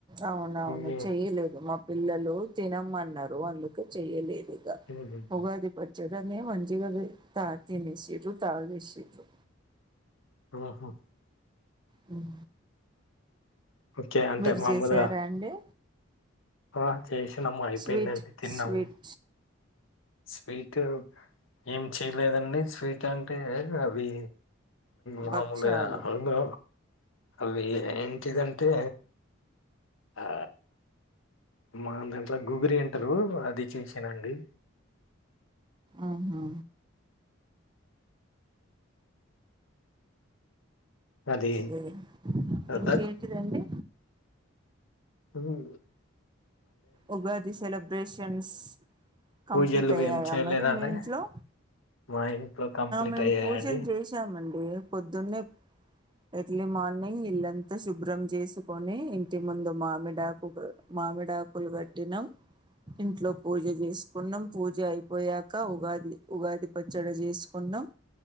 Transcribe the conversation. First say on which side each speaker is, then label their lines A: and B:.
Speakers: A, on the right; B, on the left.
A: అవునవును
B: ఉమ్,
A: చెయలేదు మా పిల్లలు తినమన్నారు అందుకే చెయ్యలేదు ఇగ
B: ఉమ్, ఉమ్,
A: ఉగాది పచ్చడి దనే మంచిగా తా తినసిరు తగేసిరు
B: ఆహో
A: మ్
B: ఓకే అంటే
A: మీరు
B: మామూలుగా
A: చేసారా అండి
B: ఆ చేసినాము అయిపోయిందళ్ళీ
A: స్వీట్
B: తిన్నాము
A: స్వీట్
B: స్వీట్ ఎంచి లేదండి స్వీట్ ఏంటంటే అవి మామూలుగా
A: భక్షాలు.
B: అవును అవి ఏంటిదంటే ఆ మాదంత్ల గుబిరి అ లు అది చేసానండి
A: ఆహా!
B: అది
A: ఎ
B: అద
A: ఇంకేంటిదండి
B: మ్
A: ఉగాదిసెలబ్రేషన్స్ కంప్లీట్
B: పూజలు
A: అయ్యాయ
B: ఏం చేయలేదండి
A: మరి మీ ఇంట్లో,
B: మా ఇంట్లో కంప్లీట్
A: మేము
B: అయ్యాయండి
A: పూజలు చేసామండి పొద్దున్నే ఎర్లీ మార్నింగ్ ఇల్లంతా శుభ్రం చేసుకొని ఇంటి ముందు మామిడాకు మామిడా అప్పులు కట్టినాం, ఇంట్లో పూజ చేసుకున్నాం పూజ అయిపోయాక ఉగాది, ఉగాది పచ్చడి చేసుకున్నాం.